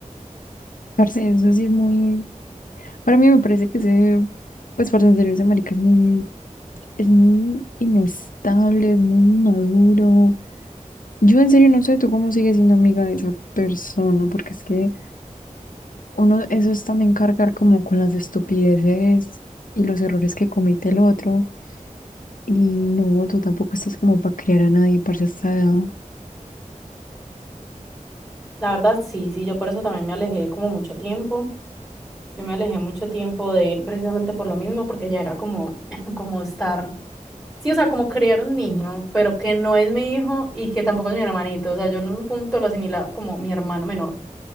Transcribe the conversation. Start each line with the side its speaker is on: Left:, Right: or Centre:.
Left: parce, eso sí es muy, para mí me parece que ese, pues, parce, en serio, ese marica es muy, es muy inestable, es muy maduro. Yo en serio no sé tú cómo sigues siendo amiga de esa persona, porque es que... Uno, eso es también cargar como con las estupideces y los errores que comete el otro. Y no, tú tampoco estás como para criar a nadie, para esta edad.
Centre: La verdad, sí, sí, yo por eso también me alejé como mucho tiempo. Yo me alejé mucho tiempo de él precisamente por lo mismo, porque ya era como, <clears throat> <laughs> como estar, sí, o sea, como criar un niño, pero que no es mi hijo y que tampoco es mi hermanito. O sea, yo en un punto lo asimilaba como mi hermano menor.